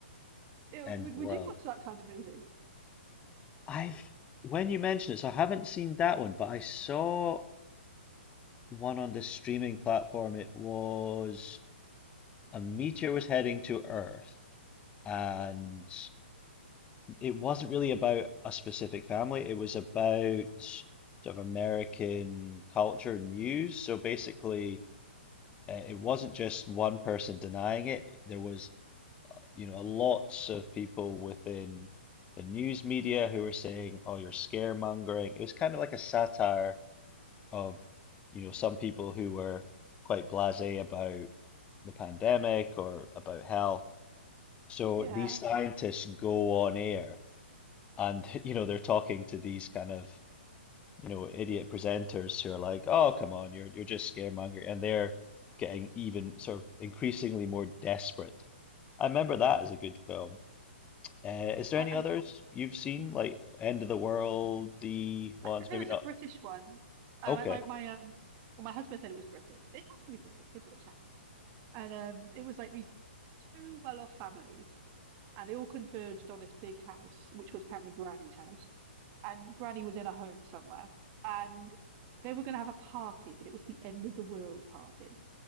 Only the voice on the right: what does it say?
ew,
would,
would
you watch that kind of movie?
Yeah,
yeah.
I,
I,
I think there
was
a British one. Uh,
my, my, my, um, well, my husband said it was British. It has to be British. They're British actors, and um, it was like these two well-off families, and they all converged on this big house, which was apparently Granny's house. and Granny was in a home somewhere, and they were going to have a party, but it was the end of the world party.